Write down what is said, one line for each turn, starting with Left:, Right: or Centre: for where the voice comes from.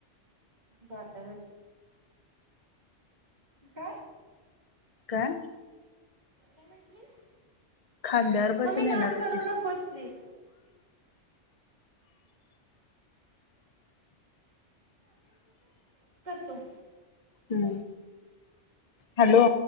Right: बा <unintelligible> काय?
Left: कायं?
Right: काय म्हटलीस?
Left: खांद्यावर बसून
Right: ममी
Left: येणार
Right: घाण
Left: होती
Right: करू नकोस, प्लीज. हो,
Left: हं, हॅलो.